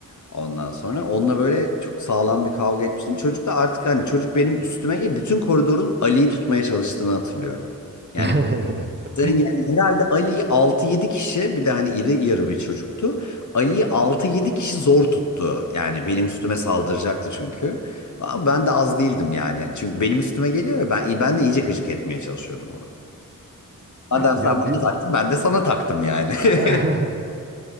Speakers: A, on the left; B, on the right.
A: Ondan sonra onunla böyle çok sağlam bir kavga etmiştim. Çocukla artık hani çocuk benim üstüme gelip bütün koridorun Ali'yi tutmaya çalıştığını hatırlıyorum. Yani
B: <laughs>
A: yani herhalde Ali'yi altı yedi kişi bir de hani iri yarı bir çocuktu. Ali'yi altı yedi kişi zor tuttu. Yani benim üstüme saldıracaktı çünkü. Ama ben de az değildim yani. Çünkü benim üstüme geliyor ya ben, ben de iyice gıcık etmeye çalışıyordum ona. Madem sen
B: Ya
A: bana
B: bir
A: taktın ben de sana taktım yani. <laughs>
B: <laughs>